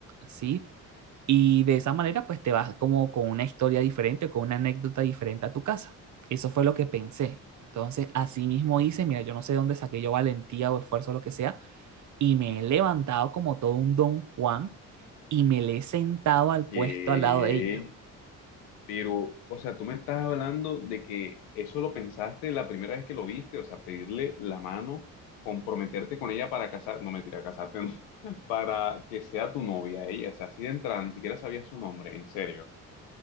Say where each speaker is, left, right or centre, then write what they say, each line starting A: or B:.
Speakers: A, on the right; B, on the left.
A: ¿sí? Y de esa manera, pues te vas como con una historia diferente, con una anécdota diferente a tu casa. Eso fue lo que pensé. Entonces, así mismo hice, mira, yo no sé de dónde saqué yo valentía o esfuerzo o lo que sea, y me he levantado como todo un don Juan y me le he sentado al
B: ¿Qué?
A: puesto al lado de ella.
B: Pero, o sea, tú me estás hablando de que eso lo pensaste la primera vez que lo viste, o sea, pedirle la mano, comprometerte con ella para casar, no mentira, casarte, no, <laughs> para que sea tu novia ella, o sea, así de entrada, ni siquiera sabía su nombre, en serio.